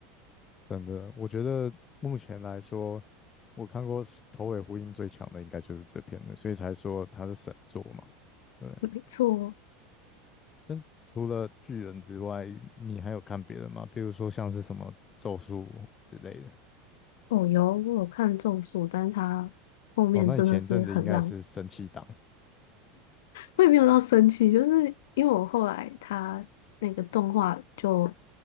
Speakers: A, on the left; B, on the left.
A: 真的，我觉得目前来说，我看过是头尾呼应最强的应该就是这篇了，所以才说它是神作嘛。对，
B: 没错，
A: 但是除了巨人之外，你还有看别的吗？比如说像是什么咒术之类的。
B: 哦，有，我有看《中术》，但是他后面真的是很烂，
A: 哦，那你前阵子应该也是神气党。
B: 我也没有到生气，就是因为我后来他那个动画就